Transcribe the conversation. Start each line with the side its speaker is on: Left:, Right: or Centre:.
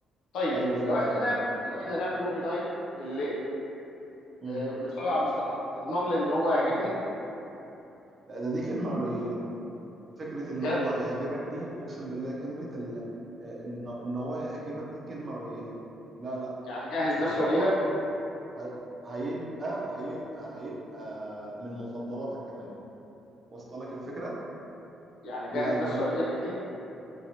Left: طيب
Right: أيوه فهمت
Left: لو احنا
Right: قصدك
Left: نعمل لو احنا نعمل موفي نايت بالليل
Right: مم،
Left: آه ونتفرج على مصلحه تضمن لي ان هو يعجبني
Right: مم. لا ده دي كلمة قليلة فكرة إن
Left: بجد
Right: هو هيعجبك دي أقسم بالله كلمة ال... آه، إن إن هو هيعجبك دي كلمة قليلة لا لا
Left: يعني جهز
Right: ده
Left: نفسه
Right: هو
Left: واجي لك
Right: هي- هيبقى هيبقى هيبقى من مفضلاتك كمان وصل لك الفكره
Left: يعني
Right: يعني
Left: جهز نفسه
Right: هي...
Left: واجي لك اكيد